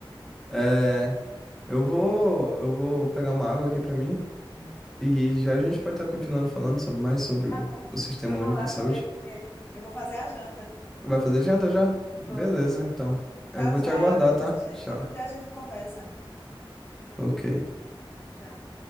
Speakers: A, in the centre; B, on the left.
A: É, eu vou, eu vou pegar uma água aqui pra mim e já a gente pode estar continuando falando sobre- mais sobre o,
B: Tá bom.
A: o Sistema
B: Eu
A: Único
B: vou lá
A: de
B: também
A: Saúde.
B: porque eu vou fazer a janta.
A: Vai fazer agenda já? Beleza,
B: Vou.
A: então. Eu
B: Tchau,
A: vou
B: tchau.
A: te aguardar,
B: Depois
A: tá?
B: a gente-
A: Tchau.
B: outro dia a gente conversa.
A: Ok.
B: Tchau.